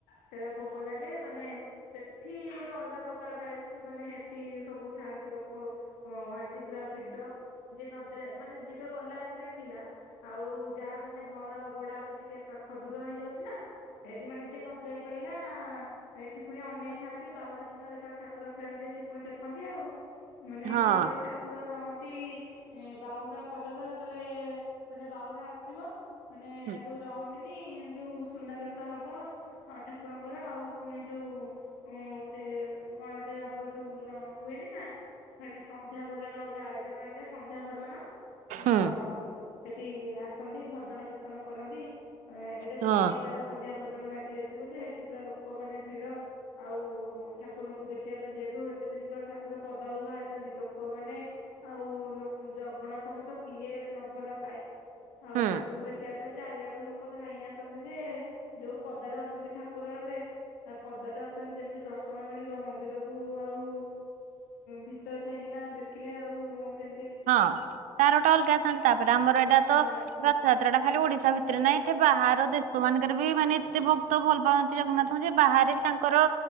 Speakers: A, on the left; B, on the right.
A: ସେଇଟା ଭୋଗ ଲାଗେ ମାନେ ସେଠି ଗୋଟେ ଅଲଗା ପ୍ରକାର ଭାଇବ୍ସ ମାନେ ହେଠି ସବୁ ଥାଆନ୍ତି ଲୋକ ହେଠି ପୁରା ଭିଡ ଯିଏ ନଯାଏ ମାନେ ଯିଏ ତ ଗଲା ସେଠି ଦେଖିଲା ଆଉ ଯାହା ମାନେ ଘର ବଡ ହାଟ ଟିକେ ପାଖ ଦୂର ହେଇଯାଉଛି ନା ସେଠି ମାନେ ଯିଏ ନ ଯାଇ ପଲା ଏଠି ପୁଣି ଅନେଇଥାନ୍ତି ବାହୁଡା ଦିନରେ ତତବେଳେ ଠାକୁରେଳନ୍ତି ଟିିପୁଣି ଦେଖନ୍ତି ଆଉ। ମାନେ ଏଠି
B: ଆଉ
A: ଯେତେବେଳେ ଠାକୁର ରହନ୍ତି ତି ଏ ବାହୁଡା ପର୍ଯ୍ୟନ୍ତ ଯେତେବେଳେ ପଲେ ମାନେ ବାହୁଡା ଆସିବ ମାନେ
B: ହଁ
A: ଯୋଉ ରହନ୍ତି <inaudible> ଯେଉଁ ସୁନାବେଶ ହେବ ଆ ଠାକୁରଙ୍କର ଆଉ ପୁଣି ଯୋଉ ଗୋଟେ କଣ ଟେ ହବ ଯୋଉ ହୁଏନି ନା ସେଠି ସନ୍ଧ୍ୟା ଭୋନ ଗୋଟେ ଆଇ ଭୋଜନ ହେଇଟା ସନ୍ଧ୍ୟା ଭୋଜନ ହ
B: ହୁଁ
A: ସେଠି ଆ ଆସନ୍ତି ଭଜନ କୀର୍ତ୍ତନ କରନ୍ତି ଏଇଟା
B: ହଁ
A: ଦି ଦିନି କାଳ ସନ୍ଧ୍ୟା ଭୋଜନ ଲାଗି ଯାଇଥିବ ଯେ ସେଠି ପୁରା ଲୋକମାନୋନେ ଭିଡ ଆଉ ଠାକୁରଙ୍କୁ ଦେଖିବା ପାଇଁ ଯେହେତୁ ଏତେ ଦିନ ପରେ ଠାକୁର ପଦା ଉ ବାଛନ୍ତି ଲୋକମାନୋନେ ଆଉ ଜଗନ୍ନାଥଙ୍କୁ ତ କିଏ ନ ଭଲ ପାଏ। ଆଉ
B: ହଁ ହୁଁ।
A: ତାଙ୍କୁ ତ ଦେଖିବା ପାଇଁ ଚାରିଆଡୁ ଲୋକ ଧାଇଁ ଆସନ୍ତି ଯେ ଯୋଉ ପଦାରେ ଅଛନ୍ତି ଠାକୁର ଏବେ ପଦାରେ ଅଛନ୍ତି ଯେମିତି ଦର୍ଶନ ମିଳିବ ମନ୍ଦିରକୁ ଆଉ ଭିତରେ ଥାାଇକିନା ଦେଖିଲେ ଆଉ ସେ
B: ହଁ ତାରୋଟା ଅଲଗା ଆସନ୍ତି ତାପରେ ଆମର ଏଇଟା
A: ହଁ
B: ତ ରଥଯାତ୍ରା ଟା ଖାଲି ଓଡିଶା ଭିତରେ ନାହିଁ। ଏଠି ବାହାର ଦେଶ ମାନଙ୍କରେ ବି ମାନେ ଏତେ ଭକ୍ତ ଭଲ ପାଆନ୍ତି ଜଗନ୍ନାଥଙ୍କୁ ଯେ ବାହାରେ ବି ତାଙ୍କର